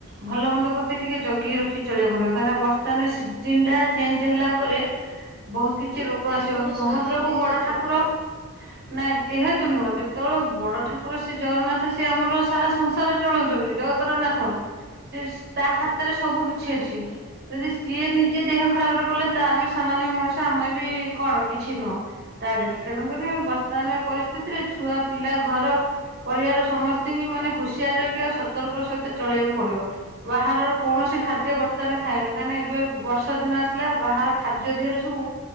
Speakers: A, on the right (about 45°); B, in the centre.
A: ଭଲ ମନ୍ଦ ପ୍ରତି ଟିକେ ଜଗି ରଖି ଚଳିବାକୁ ପଡିବ କାହିଁକନା ବର୍ତ୍ତମାନ ସିଜନ ଟା ଚେଞ୍ଜ ହେଲା ପରେ ବହୁତ କିଛି ରୋଗ
B: ଠାକୁର
A: ଆସିବ
B: ଶୋଇଛନ୍ତି
A: ମହାପ୍ରଭୁ
B: ଯେହେତୁ
A: ବଡ ଠାକୁର ନାଇଁ ଯେହେତୁ ନୁହଁ ଯେତେବେଳେ ବଡ ଠାକୁର ସେ ଜଗନ୍ନାଥ ସିଏ ଆମର ସାରା ସଂସାର ଚଳଉଛନ୍ତି ଜଗତର ନାଥ ସେ ତା ହାତରେ ସବୁ କିଛି ଅଛି ଯଦି ସିଏ ନିଜେ ଦେହ ଖରାପରେ ପଡ଼ିଲେ ତ ଆମେ ସାମାନ୍ୟ ମଣିଷ ଆମେ ବି କଣ କିଛି ନୁହଁ। ତାରେ ତେଣୁକରି ବର୍ତ୍ତମାନ ପରିସ୍ଥିତିରେ ଛୁଆ ପିଲା ଘର ପରିବାର ସମସ୍ତଙ୍କି ମାନେ ହୁସିଆର ରହିଆ ସତର୍କ ସହିତ ଚଳିବାକୁ ପଡିବ। ବାହାରର କୌଣସି ଖାଦ୍ୟ ବର୍ତ୍ତମାନ ଖାଏନି କାହିଁ ନା ଏବେ ବର୍ଷା ଦିନ ଆସିଲା ବାହାର ଖା ଦ୍ୟ ଦିହରେ ସବୁ।